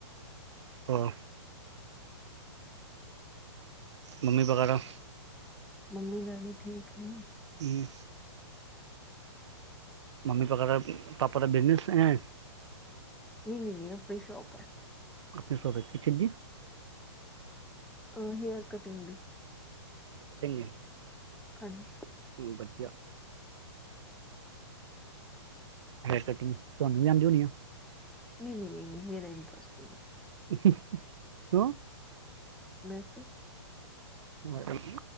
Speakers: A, on the right (about 75°); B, in the centre.
A: ਹੋਰ‌ ਮੰਮੀ ਬਗੈਰਾ।
B: ਮੰਮੀ-ਡੈਡੀ ਠੀਕ ਨੇ।
A: ਹੂੰ, ਮੰਮੀ ਬਗੈਰਾ ਪਾਪਾ ਦਾ ਬਿਜਨੇਸ ਹੈ।
B: ਨਈ-ਨਈ ਆਪਰੀ ਸ਼ੋਪ ਐ।
A: ਆਪਣੀ ਸੋਪ ਐ ਕਿਸ ਚੀਜ ਦੀ?
B: ਅ ਹੇਅਰ ਕਟਿੰਗ ਦੀ।
A: ਕਟਿੰਗ
B: ਹਾਂਜੀ।
A: ਚਲੋ ਵਧੀਆ। ਹੇਅਰ ਕਟਿੰਗ ਤੁਹਾਨੂੰ ਵੀ ਆਂਦੀ ਹੋਣੀ ਆ?
B: ਨਈ ਨਈ ਨਈ ਨਈ ਮੇਰਾ ਇੰਨਟਰਸਟ ਨੀ।
A: ਕਿਉਂ?
B: ਵੈਸੇ ਈ।
A: ਮੈਡਮ ਜੀ,